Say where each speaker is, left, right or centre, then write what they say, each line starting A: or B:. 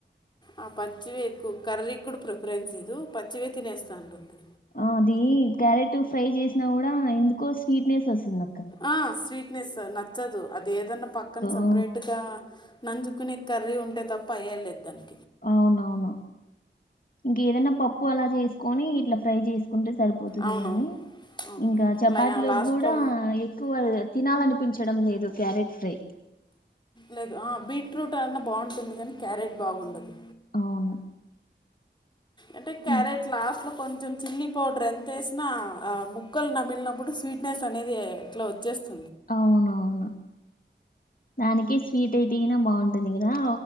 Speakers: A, on the left; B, on the left.
A: ఆ పచ్చివే ఎక్కువ కర్రీకి గూడ ప్రిఫరెన్స్ ఈదు పచ్చివే తినేస్తాంటుంది
B: ఆ అది క్యారెట్ ఫ్రై చేసినా గుడా ఎందుకో స్వీట్నెస్ వస్తుందక్క
A: ఆ, నచ్చదు అది ఏదన్నా పక్కన సపరేట్గా
B: ఆ,
A: నంజుకునే కర్రీ ఉంటే తప్ప అయ్యలేద్దాన్ని
B: అవునవును ఇంక ఏదనా పప్పు అలా చేసుకోని ఇట్ల ఫ్రై చేసి కుంటే సరిపోతుంది
A: అవునవును
B: గాని
A: అవును
B: ఇంకా చపాతిలోక్
A: లా- లాస్ట్లో
B: గూడా ఎక్కువ తినాలనిపించడం లేదు క్యారెట్ ఫ్రై
A: లేదు ఆ బీట్రూట్ అన్న బాగుంటుంది గానీ క్యారెట్ బాగుండదు
B: అవును
A: అంటే క్యారెట్
B: ఉమ్,
A: లాస్ట్ లో కొంచెం చిల్లీ పౌడర్ ఎంత ఏసినా ముక్కలు నమ్మిలినప్పుడు స్వీట్నెస్ అనేది ఎట్లా వచ్చేస్తుంది
B: అవునవును దానికే స్వీట్ అయితేన బాగుంటుంది గదా